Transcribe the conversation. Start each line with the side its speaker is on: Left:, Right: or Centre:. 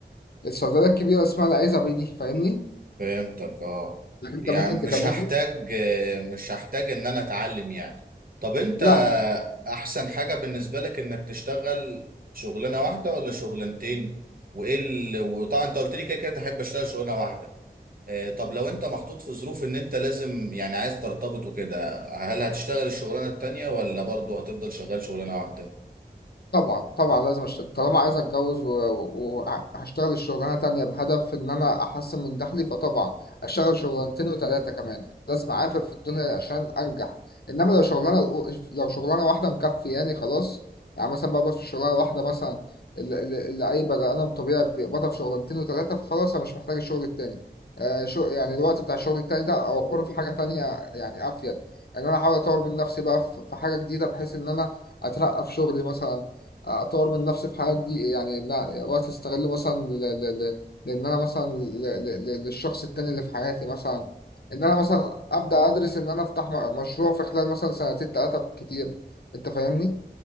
Left: الصيدليه الكبيره اسمها العزبي دي فاهمني
Right: فهمتك اه
Left: انت
Right: يعني
Left: ممكن تكلمني
Right: مش هحتاج آه، مش هحتاج ان انا اتعلم يعني طب انت
Left: لا
Right: احسن حاجة بالنسبة لك انك تشتغل شغلانة واحدة ولا شغلانتين وايه ال... وطبعا انت قلت لي كده كده تحب اشتغل شغلانة واحدة آه، طب لو انت محطوط في ظروف ان انت لازم يعني عايز ترتبط وكده هل هتشتغل الشغلانة التانية ولا برضه هتفضل شغال شغلانة واحدة
Left: طبعا طبعا لازم أشت... طالما عايز اتجوز وهشتغل الشغلانه تانية بهدف ان انا احسن من دخلي فطبعا اشتغل شغلانتين وثلاثه كمان لازم اعافر في الدنيا عشان انجح انما لو شغلانه لو شغلانه واحده مكفياني خلاص يعني مثلا بقبض في الشغلانه الواحده مثلا اللي, اللي اللي اي بني ادم طبيعي بيقبضها في شغلانتين وثلاثه فخلاص انا مش محتاج الشغل التاني آه شو يعني الوقت بتاع الشغل التاني ده اوفره في حاجه تانية يعني افيد ان انا احاول اطور من نفسي بقى في في حاجه جديده بحيث ان انا اترقى في شغلي مثلا اطور من نفسي في حاجات دي يعني لا وقت استغله مثلا ل... ل... ل... لان انا مثلا ل... ل... ل- للشخص التاني اللي في حياتي مثلا ان انا مثلا ابدا ادرس ان انا افتح م- مشروع في خلال مثلا سنتين ثلاثه كتير انت فاهمني